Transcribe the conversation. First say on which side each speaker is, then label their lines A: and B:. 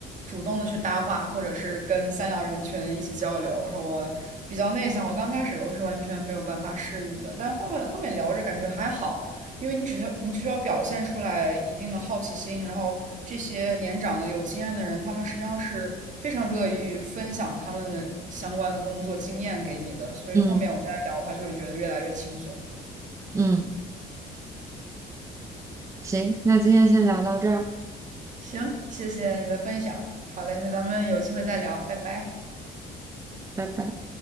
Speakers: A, on the right; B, on the right.
A: 主动的去搭话，或者是跟三两人群一起交流。然后我比较内向，我刚开始我是完全没有办法适应的，但后面后面聊着感觉还好。因为你只要你只需要表现出来一定的好奇心，然后这些年长的有经验的人，他们实际上是非常乐于分享他们的相关的工作经验给你的，所以后面我再聊的话，
B: 嗯
A: 就会觉得越来越轻松。
B: 嗯，行，那今天先聊到这儿，
A: 行，谢谢你的分享，好嘞，那咱们有机会再聊，拜拜。
B: 拜拜。